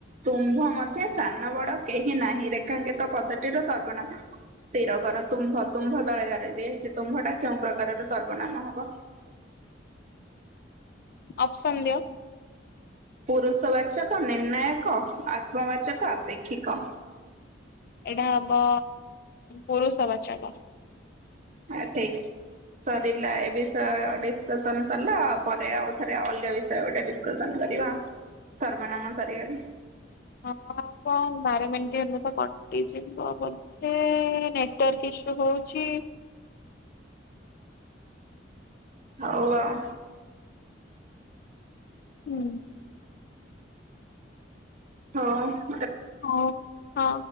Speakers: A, on the right; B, on the left.
A: ତୁମ୍ଭ ମଧ୍ୟ ସାନ ବଡ କେହି ନାହିଁ ରେଖାଙ୍କିତ ପଦଟିର ସର୍ବନାମ ସ୍ଥିର କରର ତୁମ୍ଭ ତୁମ୍ଭ ତଳେଗାର ଦିଆହେଇଛି ତୁମ୍ଭଟା କେଉଁ ପ୍ରକାରର ସର୍ବନାମ ହବ।
B: ଅପସନ୍ ଦିଅ।
A: ପୁରୁଷବାଚକ ନିର୍ଣ୍ଣାୟକ ଆତ୍ମବାଚକ ଆପେକ୍ଷିକ।
B: ଏଇଟା ହବ ପୁରୁଷ ବାଚକ।
A: ଆ ଠିକ। ସରିଲା ଏ ବିଷୟ ଡିସକସନ ସରିଲା ପରେ ଆଉ ଥରେ ଅଲଗା ବିଷୟ ଗୋଟେ ଡ଼ିସ ଡିସ୍କସନ କରିବା ସର୍ବନାମ ସରିଗଲା।
B: ହଁ ଆଉ କଣ ବାର ମିନିଟ ହେଲେ ତ କଟିଯିବ ବୋଲ ଏ ନେଟୱାର୍କ ଇସୁ ହଉଛି।
A: ହଉ ଆଉ।
B: ହୁଁ!
A: ହଁ!
B: ହଉ ହଁ!